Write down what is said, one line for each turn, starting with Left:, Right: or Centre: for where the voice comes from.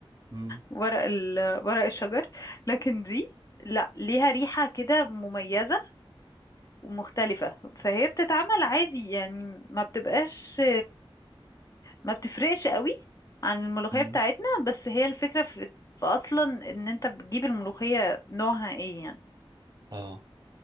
Right: مم.
Left: ورق ال... ورق الشجر لكن دي لا ليها ريحة كده مميزة ومختلفة فهي بتتعمل عادي يعني ما بتبقاش ما بتفرقش قوي عن الملوخية
Right: مم.
Left: بتاعتنا بس هي الفكرة في, في اصلا ان انت بتجيب الملوخية نوعها ايه يعني
Right: آه